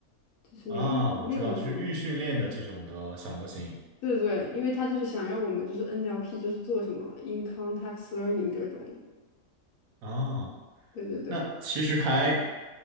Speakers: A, on the left; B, on the right.
A: 就是那个预训练的那个。
B: 啊。我知道，就是预训练的这种的小模型
A: 对对对，因为他就是想让我们就是 NLP 就是做什么 in context learning 这种。
B: 啊。
A: 对对对。
B: 那其实还